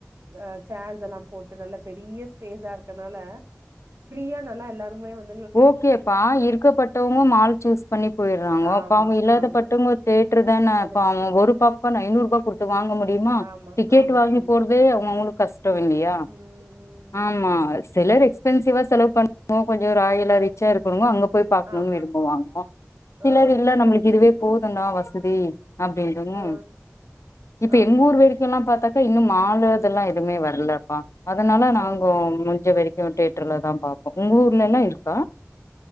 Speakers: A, on the right; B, on the left.
A: அ சேஸ் செல்லாம் போட்டு நல்ல பெரிய ஸ்பேஸா இருக்கனால ஃப்ரீயா நல்லா எல்லாருமே வந்
B: ஓகேப்பா இருக்கப்பட்டவங்கோ மால் சூஸ் பண்ணி போயிர்றாங்கோ
A: ஆமா
B: அப்ப இல்லாதப்பட்டவங்கோ
A: ஆமா
B: தேட்டர்தான
A: கரெக்ட்
B: பாவொ ஒரு பாப் கான் ஐநூறு ரூபா குடுத்து வாங்க முடியுமா
A: ஆமா
B: டிக்கெட்
A: ஆமா
B: வாங்கி
A: ஆமா
B: போறதே அவுங்க அவுங்களுக்கு கஸ்
A: ம் ம்
B: ஆமா சிலர் எக்ஸ்பென்சிவா செலவு பண்ணுவாங்க கொஞ்ச இதே ராயலா ரிச்சா இருக்கவங்க அங்க போய் பாக்ணுன்
A: ஆமா
B: விரும்புவாங்க சிலர்
A: ஆ
B: இல்ல நம்ளுக்கு இதுவே போதுன்டா வசதி அப்டின்றவங்க
A: ஆ
B: இப்ப
A: ஆமா
B: எங்கூரு வர எல்லாம் பாத்தாக்கா இன்னு மால இதெல்லா எதுமே வரலப்பா அதனால நாங்க
A: ஓகே
B: முடிஞ்ச வரைக் அ தேட்டர்லதா பாப்போ உங்க ஊர்லலா இருக்கா